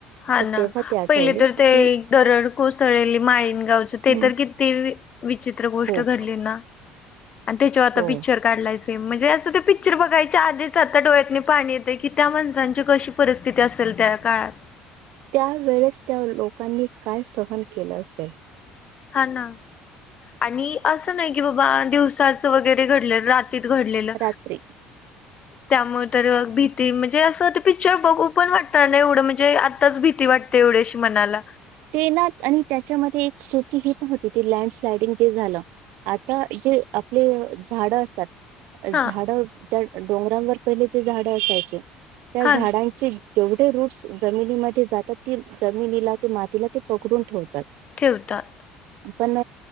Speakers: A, on the left (about 40°); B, on the right (about 65°).
A: हा
B: तर
A: ना
B: तेव्हा ती आठवली
A: पहिले तर ते
B: की
A: दरड कोसळलेली माळीनगावच ते
B: हं,
A: तर किती विचित्र गोष्ट
B: खूप
A: घडली ना. आणि त्याच्यावर आता
B: हो
A: पिक्चर काढलाय सेम. म्हणजे असं ते पिक्चर बघायच्या आधीच आता डोळ्यातनी नाही पाणी येतंय, की त्या माणसांची कशी परिस्थिती असेल त्या काळात.
B: त्यावेळेस त्या लोकांनी काय सहन केलं असेल.
A: हा ना आणि असं नाही कि बाबा, दिवसाच वगैरे घडलं रात तिथं घडलेलं.
B: रात्री
A: त्यामुळे तर भीती म्हणजे असं ते पिक्चर बघू पण वाटणार नाही. एवढं म्हणजे आत्ताच भीती वाट तेवढीशी मनाला.
B: ते ना आणि त्याच्यामध्ये एक चुकी ही पण होती, ती लँडस्लायडिंग जे झालं आता जे आपले झाडं असतात झाड
A: हा
B: त्या डोंगरांवर पहिले जे झाड असायचे, त्या
A: हा
B: झाडां चे जेवढे रूट्स जमिनीमध्ये जातात, ते जमिनीला ते मातीला ते पकडून ठेवतात.
A: ठेवता.
B: पण